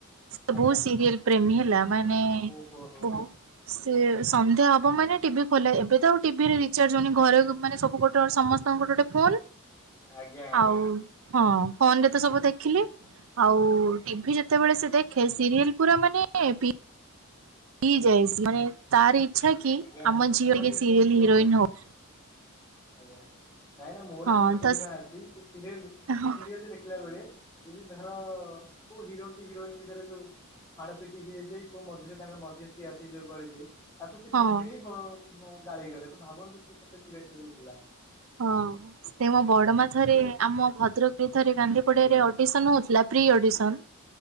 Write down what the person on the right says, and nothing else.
ସେ
ବହୁ ସିରିଏଲ ପ୍ରେମୀ ହେଲା ମାନେ
ବହୁତ ସେ ସନ୍ଧ୍ୟା ହବ ମାନେ ଟିଭି ଖୋଲା ଏବେ ତ ଆଉ ଟିଭିରେ ରିଚାର୍ଜ ହଉନି ଘରେ ମାନେ ସବୁ ଗୋ ତ ସମସ୍ତଙ୍କର ଗୋଟେ ଗୋଟେ ଫୋନ
ଆଉ ହଁ ଫୋନ ରେ ତ ସବୁ ଦେଖିଲେ ଆଉ
ଟିଭି ରେ ଯେତେବେଳେ ସେ ଦେଖେ ସିରିଏଲ ପୁରା ମାନେ ପି ପି ଯାଏ ମାନେ ତାର ଇଚ୍ଛା କି
ଆମ ଝିଅ
ମାନେ କିଏ ସିରିଏଲ
ହିରୋଇନ
ହଉ।
ହଁ
ତ
ହଁ
ହଁ
ହଁ ସେ ମୋ ବଡମା ଥରେ ଆମ ଭଦ୍ରକରେ ଥରେ ଗାନ୍ଧି ପଡିଆରେ ଅଡିସନ ହଉଥିଲା ପ୍ରି ଅଡ଼ିସନ୍